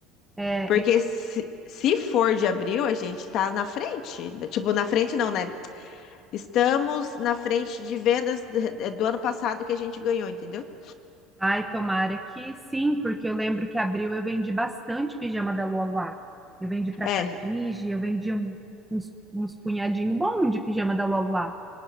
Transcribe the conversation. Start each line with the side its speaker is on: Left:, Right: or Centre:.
Centre: é,
Left: Porque
Centre: é.
Left: se, se for de abril, a gente tá na frente, né? tipo, na frente não, né? Estamos na frente de vendas do, do ano passado que a gente ganhou, entendeu?
Centre: ai, tomara que sim, porque eu lembro que abril eu vendi bastante pijama da Lua lá. Eu vendi para
Left: É,
Centre: Cardige, eu vendi um- uns, uns punhadinho bom de pijama da Lua